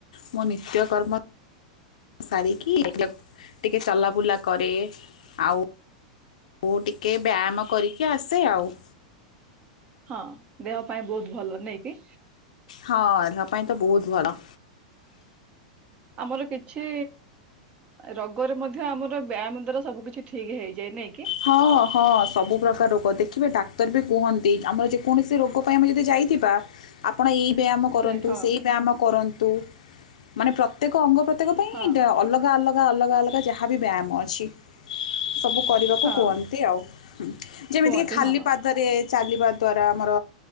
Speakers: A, on the left (about 80°); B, on the right (about 30°).
A: ମୋ ନିତ୍ୟକର୍ମ ସାରି କି ଟିକେ ଚଲାବୁଲା କରେ। ଆଉ ମୁଁ ଟିକେ ବାଆମ କରିକି ଆସେ ଆଉ।
B: ହଁ ଦେହ ପାଇଁ ବହୁତ ଭଲ ନାଇଁକି।
A: ହଁ ଦେହ ପାଇଁ ତ ବହୁତ ବଡ।
B: ଆମର କିଛି ରୋଗରେ ମଧ୍ୟ ଆମର ବ୍ୟାୟାମ ଦ୍ୱାରା ସବୁ କିିଛି ଠିକ୍ ହେଇଯାଏ ନାଇଁ କି
A: ହଁ ହଁ ସବୁ ପ୍ରକାର ରୋଗ ଦେଖିବେ। ଡାକ୍ତର ବି କୁହନ୍ତି ଆମର ଯେକୌଣସି ରୋଗ ପାଇଁ ଆମେ ଯଦି ଯାଇଥିବା ଆପଣ ଏଇ ବ୍ୟାୟାମ କରନ୍ତୁ
B: ଯାଇ ହଁ
A: ସେଇ ବ୍ୟାୟାମ କରନ୍ତୁ। ତୁ ମାନେ ପ୍ରତି ପ୍ରତ୍ୟେକ ଅଙ୍ଗ ପ୍ରତ୍ୟଙ୍ଗ ପାଇଁ
B: ହଁ
A: ଅଲଗା ଅଲଗା ଅଲଗା ଅଲଗା ତ ଯାହାବି ବ୍ୟାୟାମ ଅଛି ସବୁ କରିବା କୁହନ୍ତି
B: ହଁ
A: ଆଉ ହୁଁ ଯେମିତିକି
B: କୁହନ୍ତି
A: ଖାଲି
B: ହଁ
A: ପାଦରେ ଚାଲିବା ଦ୍ୱାରା ଆମର